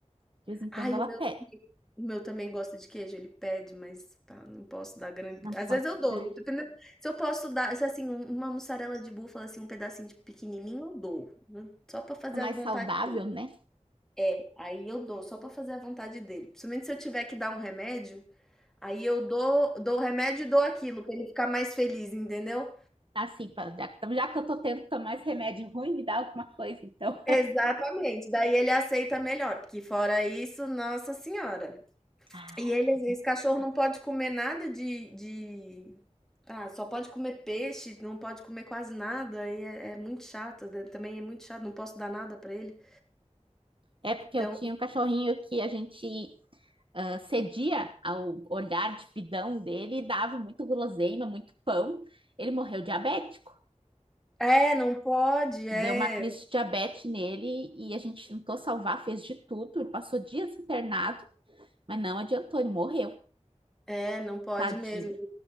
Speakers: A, on the right; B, in the centre.
A: De vez em quando
B: Ai,
A: ela
B: o meu
A: pede.
B: também o meu também gosta de queijo, ele pede, mas pá, não posso dar grande
A: Não
B: às
A: pode
B: vezes eu dou,
A: dar.
B: dependendo se eu posso dar se, assim, um uma mussarela de búfala, assim, um pedacinho de pequenininho eu dou, hum, só pra fazer
A: É mais
B: a vontade
A: saudável,
B: dele.
A: né?
B: É, aí eu dou só pra fazer a vontade dele, principalmente se eu tiver que dar um remédio, aí eu dou dou o remédio e dou aquilo pra ele ficar mais feliz, entendeu?
A: Assim, pra- já que, já que eu tô tendo que tomar esse remédio ruim, me dá alguma coisa, então.
B: Exatamente, daí ele aceita melhor, porque fora isso, nossa senhora.
A: <laughs> Ai,
B: E eles
A: é
B: esse
A: verdade.
B: cachorro não pode comer nada de de ah, só pode comer peixe, não pode comer quase nada, e é é muito chato, da também é muito chato, não posso dar nada pra ele.
A: É porque
B: Então
A: eu tinha um cachorrinho que a gente ah, cedia ao olhar de pidão dele e dava muito guloseima, muito pão. Ele morreu de diabetes.
B: é, não pode, é,
A: deu uma crise de diabetes nele e a gente tentou salvar, fez de tudo, ele passou dias internado, mas não adiantou, ele morreu,
B: é, não pode
A: tadinho.
B: mesmo.